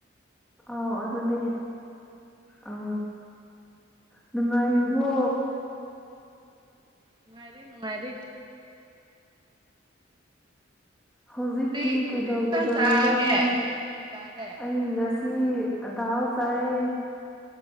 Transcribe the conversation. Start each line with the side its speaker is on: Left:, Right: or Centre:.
Centre: ꯑꯥꯎ ꯑꯗꯨꯅꯦ ꯑꯥ ꯅꯨꯡꯉꯥꯏꯔꯤꯕꯣ
Right: ꯅꯨꯡꯉꯥꯏꯔꯤ ꯅꯨꯡꯉꯥꯏꯔꯤ
Centre: ꯍꯧꯖꯤꯛꯇꯤ
Right: ꯀꯔꯤ
Centre: ꯀꯩꯗꯧ
Right: ꯀꯔꯤ ꯏꯟꯁꯥꯡ
Centre: ꯀꯩꯗꯧꯔꯤꯅꯣ
Right: ꯆꯥꯒꯦ
Centre: ꯅꯪ
Right: ꯆꯥꯔꯦ
Centre: ꯑꯩ ꯉꯁꯤ ꯁꯤ ꯑꯗꯥꯎ ꯆꯥꯔꯦ